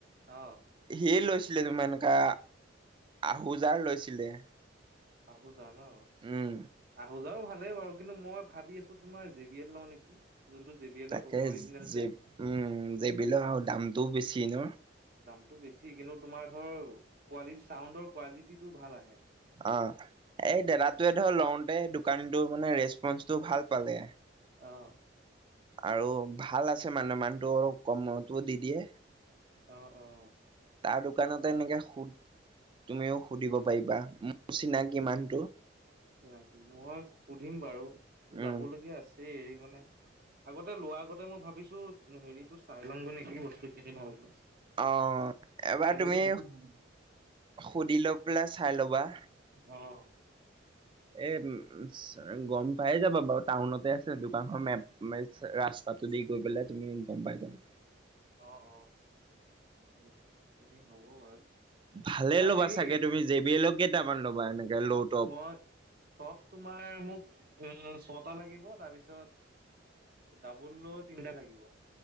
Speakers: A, on the right; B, on the right.
A: অহ',
B: হি লৈছিলে <unintelligible> এনকা আহোজাৰ লৈছিলে।
A: আহোজাৰ ন?
B: উম
A: আহোজাও ভালেই বাৰু কিন্তু মই ভাবি আছোঁ তোমাৰ জে বি এল লওঁ নেকি। যোনটো জে বি এলৰ
B: তাকে
A: অৰিজিনেল
B: জে
A: যে।
B: উম, জে বি লৰ আও দামটোও বেছি ন?
A: দামটো বেছি কিন্তু তোমাৰ ধৰ কোৱালিটি চাউণ্ডৰ কোৱালিটিটো ভাল আহে।
B: অ, এই দাদটোয়ে ধৰ লওঁতে দোকানীটো মানে ৰেচপঞ্চটো ভাল পালে।
A: অহ',
B: আৰু ভাল আছে মানে মানহটো অলপ কমতো দি দিয়ে।
A: অ', অ',
B: তাৰ দোকানতে এনেকে সুদ তুমিও সুধিব পাৰিবা মোৰচিনাকী মানটো।
A: চিনাকি মই সুধিম বাৰু মোৰ
B: উম
A: যাব লগীয়া আছে এই মানে আগতে লোৱা আগতে মই ভাবিছোঁ হেৰিটো চাই লংগৈ নেকি বস্তু খিনি ভালকে।
B: অহ, এবাৰ
A: চাই
B: তুমি
A: ললে বেছি ভাল
B: সুধি লৈ পেলাই চাই ল'বা।
A: অ',
B: এ উম উমচ। গম পাই যাবা বাৰু টাউনতে আছে দোকানখন মেপ <unintelligible> ৰাস্তাটো দি গৈ পেলাই তুমি গম পাই যাবা।
A: অ অ সেইখিনি হ'ব বাৰু,
B: ভালে
A: তোমাৰ
B: ল'বা
A: হেৰী
B: চাগে তুমি জে বি এল কেইটামান ল'বা? এনেকে লৌদ
A: মই টপ তোমাৰ মোক উম ছটা লাগিব। তাৰপিছত ডাবুলৰ তিনিটা লাগিব।